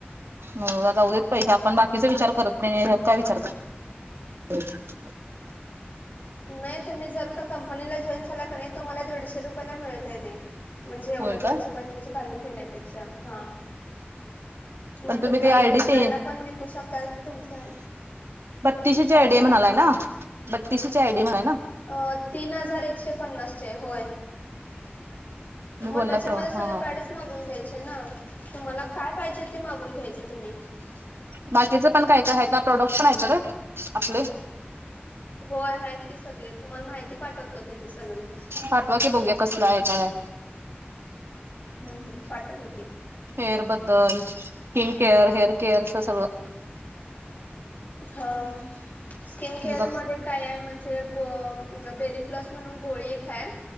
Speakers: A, on the right; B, on the left.
A: हो आदा उद्याच पैसे आपण बाकीचा विचार करत नाही काय विचार करत अ
B: नाही तुम्ही जर का कंपनीला जॉईन झाला का नाही तुम्हाला दीडशे रुपयाला मिळतय ते म्हणजे एवढं
A: होय
B: दोनशे
A: का
B: पंचवीस घालून घेण्यापेक्षा हा. मग
A: पण
B: तुम्ही
A: ते आयडी
B: दुसऱ्यांना
A: ते
B: पण विकू शकता तुमच्या
A: बत्तीस शी
B: काय
A: ची आय
B: बोला
A: डी म्हणालाय ना बत्तीस ची आय डी म्हणाय ना
B: अ तीन हजार एकशे पन्नासची होय.
A: तुम्ही
B: मग
A: बोलला
B: त्याच्यामध्ये
A: की
B: सगळे
A: हा
B: पॅडस मागून घ्यायचे ना तुम्हाला काय पाहिजे मागून घ्यायच तुम्ही.
A: बाकीचं पण काय काय आहेत ना प्रोडक्ट पण आहेतच र आपले
B: होय आहेत की सगळे तुम्हाला माहिती पाठवतो त्याची सगळी.
A: पाठवा बघूया कसला आहे काय?
B: हूं ह पाठवतो की.
A: हेअर बद्दल, स्किन केअर, हेअर केअरच सगळं
B: हा. स्किन केअर
A: म्हणजे बघ
B: मध्ये काय आहे म्हणजे ग बेरी प्लस म्हणून गोळी एक हाय.